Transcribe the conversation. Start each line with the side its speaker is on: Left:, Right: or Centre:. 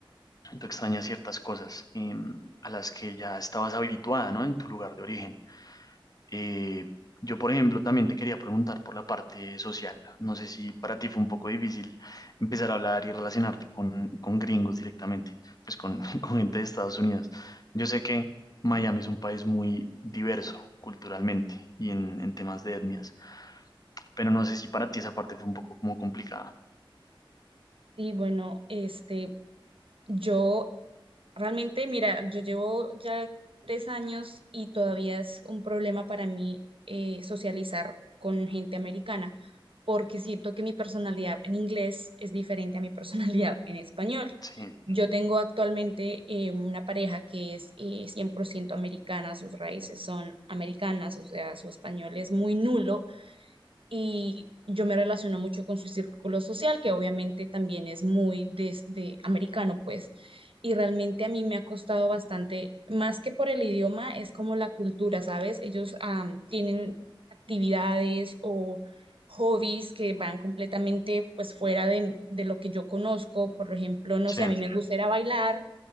Left: tú extrañas ciertas cosas eh, a las que ya estabas habituada, ¿no? En tu lugar de origen. Eh, yo, por ejemplo, también te quería preguntar por la parte social. No sé si para ti fue un poco difícil empezar a hablar y relacionarte con, con gringos directamente, pues con, <laughs> con gente de Estados Unidos. Yo sé que Miami es un país muy diverso culturalmente y en, en temas de etnias, pero no sé si para ti esa parte fue un poco como complicada.
Right: Sí, bueno, este, Yo realmente, mira, yo llevo ya tres años y todavía es un problema para mí eh, socializar con gente americana, porque siento que mi personalidad en inglés es diferente a mi <laughs> personalidad en español.
Left: Sí,
Right: Yo tengo actualmente eh, una pareja que es eh, 100% americana, sus raíces son americanas, o sea, su español es muy nulo y yo me relaciono mucho con su círculo social, que obviamente también es muy de, de americano, pues. Y realmente a mí me ha costado bastante, más que por el idioma, es como la cultura, ¿sabes? Ellos am, tienen actividades o hobbies que van completamente pues fuera de, de lo que yo conozco. Por ejemplo, no
Left: sí,
Right: sé, a mí me gusta ir a bailar,